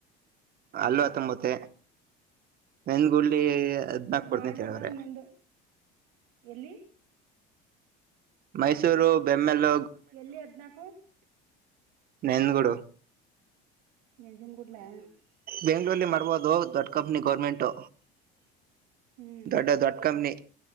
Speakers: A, on the right; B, on the right.
A: ಅಲ್ವತ್ತೊಂಬತ್ತ
B: ವ
A: ನೆಂದಗು ಲ್ಲಿ ಹದ್ನಾಕು
B: ಈಗ
A: ಕೊಡ್ತನ
B: ಮಾಡುದ್ರ
A: ಅಂತ ಹೇಳವ್ರೆ
B: ಮುಂದ ಎಲ್ಲಿ
A: ಮೈಸೂರು ಬೆಮ್ಮೆಲ್ಲ
B: ಎಲ್ಲಿ ಹದ್ನಾಕು
A: ನೈಂದಗೂಡು
B: ನೆಂಜುನ್ಗೂಡ್ಲ
A: ಬೆಂಗಗಳೂರ್ಲ್ಲಿ ಮಾಡ್ಬಹದು ದೊಡ್ಡ ಕಂಪ್ನಿ ಗೋರ್ಮೆಂಟು
B: ಹ್ಮ್
A: ದೊಡ್ಡ ದೊಡ್ಡ ಕಂಪ್ನಿ